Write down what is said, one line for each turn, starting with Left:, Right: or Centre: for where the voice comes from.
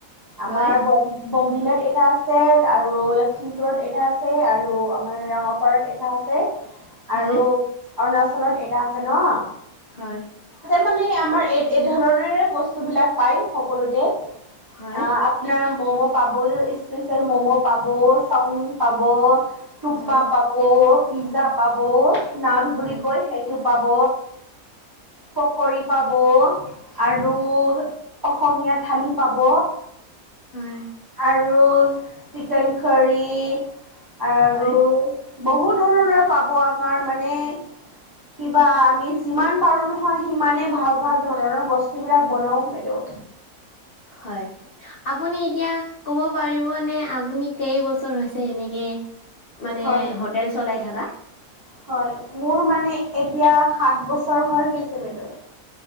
Right: আমাৰ
Left: হয়
Right: ব। বমডিলাত এটা আছে আৰু লখিমপুৰত এটা আছে আৰু আমাৰ ৰাঙাপাৰাত এটা আছে।
Left: হয়
Right: আৰু অৰুণাচলত এটা আছে নহ।
Left: হয়।
Right: মানে আমাৰ এই এই ধৰণৰে বস্তুবিলাক পায় সকলোতে। অ
Left: হয়
Right: আপোনাৰ ম'ম'। পাবই, স্পেচিয়েল ম'ম' পাব, চাওমিন পাব, থূপকা
Left: হয়
Right: পাব। পিজ্জা পাব নান
Left: হয়
Right: বুলি কৈ সেইটো পাব। পকৰি পাব আৰু। অসমীয়া থালি পাব
Left: হয়
Right: আৰু। চিকেনকাৰী আৰু।
Left: হয়
Right: বহুত ধৰণৰ পাব আমাৰ মানে। কিবা আমি যিমান পাৰোঁ নহয় সিমানে ভাল ভাল ধৰণৰ বস্তুবিলাক বনাওঁ বাইদেউ।।
Left: <inaudible> হয় আপুনি এতিয়া কব পাৰিবনে আপুনি কেই বছৰ হৈছে এনেকে। মানে
Right: হয়
Left: হোটেল চলাই থাকা।
Right: হয়, মোৰ মানে, এতিয়া সাত বছৰ হৈ গৈছে বাইদেউ।